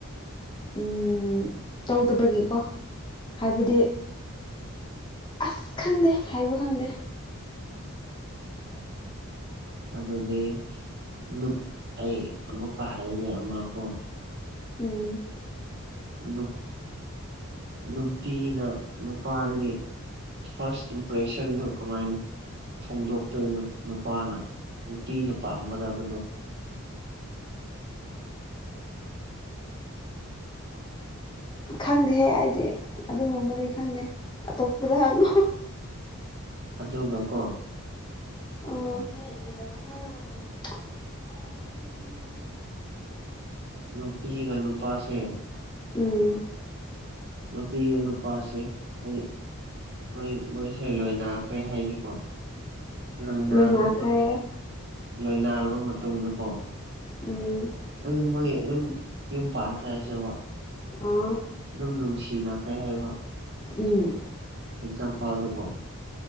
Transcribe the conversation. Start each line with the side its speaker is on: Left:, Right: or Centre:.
Left: ꯎꯝ ꯇꯧꯗꯕꯒꯤꯀꯣ ꯍꯥꯏꯕꯗꯤ ꯑꯁ ꯈꯪꯗꯦ ꯍꯥꯏꯕ ꯈꯪꯗꯦ
Right: ꯑꯗꯨꯒꯤ ꯅꯨꯞ ꯑꯩ ꯑꯃꯨꯛꯀ ꯍꯥꯏꯔꯒꯦ ꯑꯃ ꯀꯣ ꯎꯝ
Left: ꯎꯝ
Right: ꯅꯨꯞ ꯅꯨꯄꯤꯅ ꯅꯨꯄꯥꯗꯒꯤ ꯐꯥꯔꯁ ꯏꯝꯄ꯭ꯔꯦꯁꯟꯗꯣ ꯀꯃꯥꯏꯅ ꯐꯣꯡꯗꯣꯛꯇꯣꯏꯗꯣ ꯅꯨꯄꯥꯅ ꯅꯨꯄꯤꯅ ꯄꯥꯝꯒꯗꯕꯗꯣ
Left: ꯈꯪꯗꯦꯍꯦ ꯑꯩꯗꯤ ꯑꯗꯨꯒꯨꯝꯕꯗꯤ ꯈꯪꯗꯦ ꯑꯇꯣꯞꯄꯗ ꯍꯪꯉꯣ
Right: ꯑꯗꯨꯒ ꯀꯣ
Left: ꯑꯣ
Right: ꯅꯨꯄꯤꯒ ꯅꯨꯄꯥꯁꯦ
Left: ꯎꯝ
Right: ꯅꯨꯄꯤ ꯅꯨꯄꯥꯁꯦ ꯑꯗꯨ ꯃꯣꯏ ꯃꯣꯏꯁꯦ ꯂꯣꯏꯅꯈ꯭ꯔꯦ ꯍꯥꯏꯁꯤꯕꯣ ꯂꯣꯏꯅꯔꯕ
Left: ꯂꯣꯏꯅꯈ꯭ꯔꯦ
Right: ꯃꯇꯨꯡ ꯂꯣꯏꯅꯔꯕ ꯃꯇꯨꯡꯗꯀꯣ
Left: ꯎꯝ
Right: ꯍꯥꯏꯗꯤ ꯃꯣꯏ ꯑꯗꯨꯝ ꯌꯨꯝ ꯄꯥꯟꯈ꯭ꯔꯦ ꯍꯥꯏꯁꯦꯕ
Left: ꯑꯥ
Right: ꯑꯗꯨꯝ ꯅꯨꯡꯁꯤꯅꯈ꯭ꯔꯦ ꯍꯥꯏꯕ
Left: ꯎꯝ
Right: ꯑꯦꯛꯖꯥꯝ ꯄꯜꯗꯀꯣ